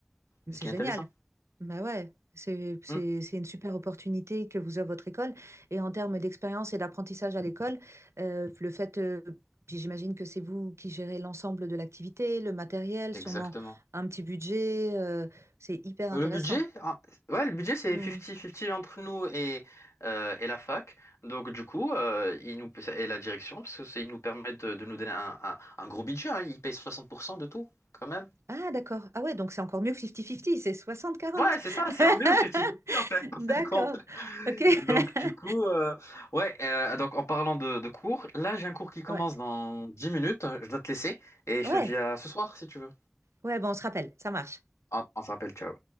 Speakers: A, on the right; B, on the left.
A: Mais
B: C'est
A: C'est
B: ce qui
A: génial.
B: est intéressant.
A: Bah ouais, c'est c'est-
B: Mm,
A: c'est une super opportunité que vous avez votre école. Et en termes d'expérience et d'apprentissage à l'école, euh, le fait, euh, puis j'imagine que c'est vous qui gérez l'ensemble de l'activité, le matériel,
B: exactement.
A: sûrement un petit budget, euh, c'est hyper intéressant.
B: Euh, Le budget, ah, ouais, le budget c'est
A: Hmm.
B: 50-50 entre nous et, euh, et la fac. Donc du coup, euh, il nous, et la direction, parce que c'est- ils nous permettent de, de nous donner un, un- un gros budget. hein. Ils payent 60% de tout, quand même.
A: Ah d'accord. Ah ouais, donc c'est encore mieux que 50-50, c'est soixante-quarante.
B: Ouais, c'est ça,
A: <laughs>
B: c'est en mieux 50-50 en fait, <laughs> en
A: D'accord.
B: fin de compte.
A: Ok.
B: Donc
A: <laughs>
B: du coup, euh, ouais, euh, donc en parlant de, de cours, là j'ai un cours qui commence
A: Ouais.
B: dans 10 minutes, je dois te laisser et je
A: Ouais.
B: te dis à ce soir si tu veux.
A: Ouais, bon, on se rappelle, ça marche.
B: On on s'appelle, ciao.